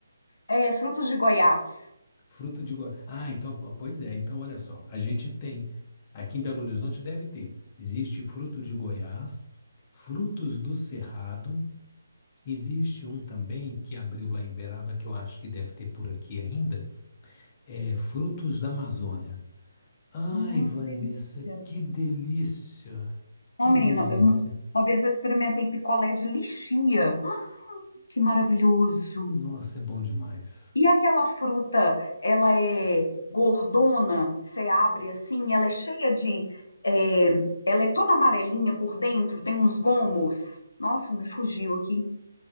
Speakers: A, on the left; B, on the left.
A: É, frutos de Goiás.
B: fruto de. Gua- Ah, então, po- pois é. Então, olha só, a gente tem aqui em Belo Horizonte deve ter. Existe fruto de Goiás, frutos do cerrado. Existe um também que abriu lá em Uberaba que eu acho que deve ter por aqui ainda. É frutos da Amazônia. Ai,
A: Hum,
B: Vanessa,
A: que delícia.
B: que delícia!
A: Ó,
B: Que
A: menina,
B: delícia!
A: eu- uma vez eu experimentei picolé de lichia. Que maravilhoso!
B: Nossa, é bom demais.
A: E aquela fruta, ela é gordona, você abre assim, ela é cheia de. é, ela é toda amarelinha por dentro, tem uns gomos. Nossa, me fugiu aqui.